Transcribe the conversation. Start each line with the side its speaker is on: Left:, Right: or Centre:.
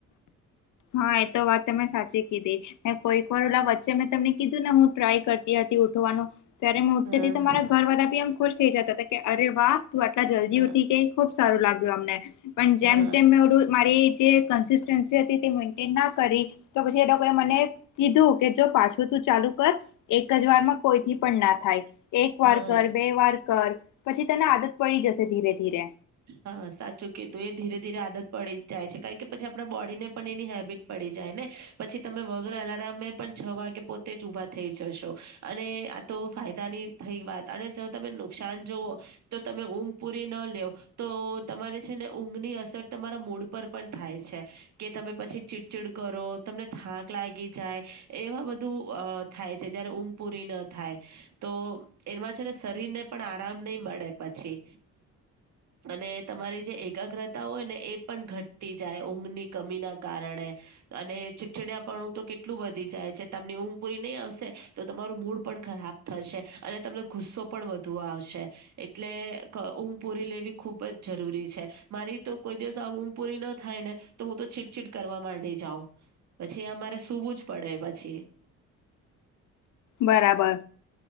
Left: હા એ તો વાત તમે સાચી કીધી કોઈક વારલા વચ્ચે મેં તમને કીધું ને હું ટ્રાય કરતી હતી. ઉઠવાનો. ત્યારે મે ઉઠતી
Right: હા
Left: હતી તો મારા ઘર વાળા બી એમ ખુશ થઈ જતા હતા કે અરે વાહ તું આટલા જલ્દી
Right: હા
Left: ઉઠી ગઈ ખુબ સારું લાગુ અમને પણ જેમ
Right: હા
Left: જેમ મારું મારી જે કેન્સ્ટિટન્સી હતી તે મેન્ટન ના કરી તો પછી એ લોકો મને કીધું કે જો પાછું તું ચાલુ કર એક જ વારમાં કોઈથી પણ ના થાય. એક
Right: હા.
Left: વાર કર બે વાર કર પછી તેને આદત પડી જશે ધીરે. ધીરે
Right: હા સાચું કેતું એ ધીરે ધીરે આદત પડી જાય છે. કારણ કે પછી આપણા બોડીને પણ એની હેબિટ પડી જાય ને પછી તમે વગર અલાર્મ પણ છ વાગે પો તે જ ઊભા થઈ જશો અને આ તો ફાયદાની થઈ વાત અને જો તમે નુકસાન જવઓ. તો તમે ઊંઘ પુરી ન લેવ તો તમારે છે ને ઊંઘની અસર તમારા મૂડ પર પણ થાય છે કે તમે પછી ચીડચીડ કરો. તમને થાંક લાગી જાય, એવા બધું થાય છે, જયારે ઊંઘ પૂરી ન થાય તો એમાં છે ને, શરીરને પણ આરામ નહી, મળે પછી અને તમારી જે એકાગ્રતા હોય, ને એ પણ ઘટતી જાય, ઊંઘની કમીના કારણે અને ચીડછડયાપણું તો કેટલું વધી જાય છે, તમને ઊંઘ પુરી નહી, આવશે તો તમારું મૂળ પણ ખરાબ થશે, અને તમને ગુસ્સો પણ વધુ આવશે, એટલે ઉમ પુરી લ એવી ખુબ જ જરૂરી છે, મારી તો કોઈ દિવસ આ ઊંઘ પૂરી ન થાય, ને તો હું તો છીટછીટ કરવા માંડીશ વ પછી, અમારે સુવું જ પડે પછી.
Left: બરાબર,